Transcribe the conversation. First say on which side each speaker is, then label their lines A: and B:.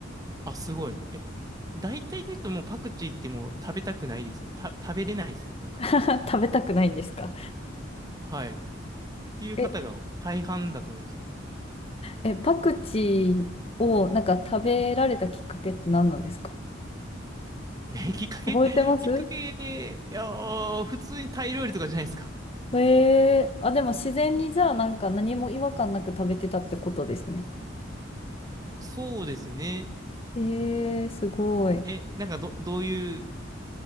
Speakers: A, on the right; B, on the left.
A: あ、すごい。え、大体の人もうパクチーってもう食べたくないですよ。た、食べれないですよ。なんか。
B: <laughs> 食べたくないんですか
A: はい。っていう方が大半だと思いますけど。
B: え、え、パクチーをなんか食べられたきっかけって何なんですか
A: え、きっかけ
B: 覚えてます
A: <laughs> きっかけ、いやー、普通にタイ料理とかじゃないですか。
B: えー、あ、でも自然にじゃあなんか何も違和感なく食べてたってことですね。
A: そうですね。
B: えー、すごい。
A: え、なんかど、どういう